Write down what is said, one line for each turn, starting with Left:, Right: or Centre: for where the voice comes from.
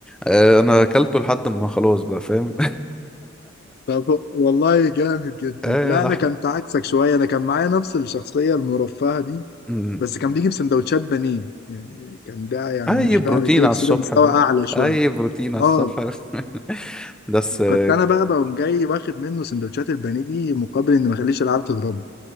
Centre: آه أنا أكلته لحد ما خلاص بقى فاهم
Left: طب والله جامد جدا
Centre: <laughs> آه
Left: لا
Centre: لحم
Left: انا كنت عكسك شويه انا كان معايا نفس الشخصيه المرفهه دي
Centre: مم.
Left: بس كان بيجي بسندوتشات بانيه يعني كان ده يعني
Centre: أي
Left: مش
Centre: بروتين
Left: بقى كي
Centre: على
Left: اف
Centre: الصبح
Left: سي ده مستوى
Centre: فاهم
Left: اعلى شويه
Centre: أي بروتين على
Left: اه
Centre: الصبح <laughs> بس آه
Left: كنت انا بقى بقوم جاي واخد منه سندوتشات البانيه دي مقابل ان ما اخليش العيال تضربه